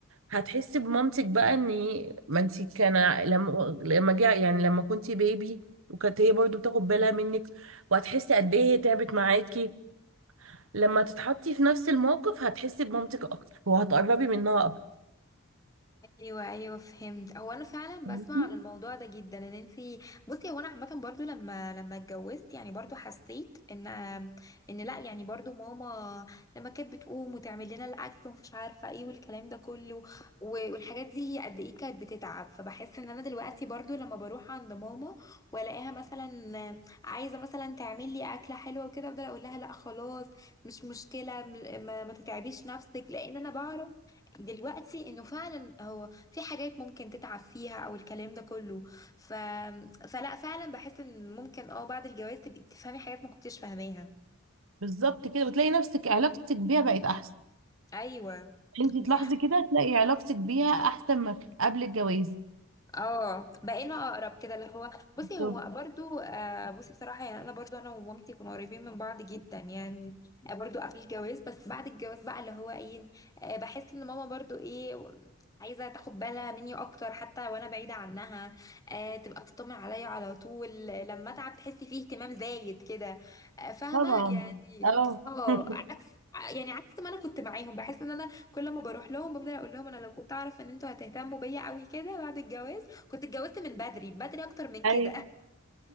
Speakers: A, on the right; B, on the left.
A: هتحسي بمامتك بقى ان هي- ما انت كان لما لما جه يعني لما كنتي بيبي وكانت هي برضو بتاخد بالها منك وهتحسي قد ايه هي تعبت معاكي لما تتحطي في نفس الموقف هتحسي بمامتك اكتر وهتقربي منها اكتر
B: ايوه ايوه فهمت هو انا فعلا
A: فاهمني؟
B: بسمع عن الموضوع ده جدا ان انتي بصي هو انا عامه برضو لما لما اتجوزت يعني برضو حسيت ان ان لا يعني برضو ماما لما كانت بتقوم وتعمل لنا الاكل ومش عارفه ايه والكلام ده كله و- والحاجات دي هي قد ايه كانت بتتعب فبحس ان انا دلوقتي برضو لما بروح عند ماما والاقيها مثلا عايزه مثلا تعمل لي اكله حلوه وكده افضل اقول لها لا خلاص مش مشكله م- ما, ما تتعبيش نفسك لان انا بعرف دلوقتي انه فعلا هو في حاجات ممكن تتعب فيها او الكلام ده كله ف... فلا فعلا بحس ان ممكن اه بعد الجواز تبقي تفهمي حاجات ما كنتيش فاهماها
A: بالظبط كده وتلاقي نفسك علاقتك بيها بقت احسن
B: ايوه
A: انت
B: دي
A: تلاحظي كده تلاقي علاقتك بيها احسن ما قبل الجواز
B: اه بقينا اقرب كده اللي هو بصي
A: بالظبط
B: هو مم. برضو آه بصي بصراحه يعني انا برضو انا ومامتي كنا قريبين من بعض جدا يعني آه برضو قبل الجواز بس بعد الجواز بقى اللي هو ايه آه بحس ان ماما برضو ايه و- عايزه تاخد بالها مني اكتر حتى وانا بعيده عنها آه تبقى بتطمن عليا على طول لما اتعب تحسي فيه اهتمام زايد كده آه فاهمه
A: طبعا
B: يعني
A: اه
B: اه
A: <laughs>
B: عكس يعني عكس ما انا كنت معاهم بحس ان انا كل ما بروح لهم بفضل اقول لهم انا لو كنت اعرف ان انتوا هتهتموا بيا قوي كده بعد الجواز كنت اتجوزت من بدري بدري اكتر من
A: ايوه
B: كده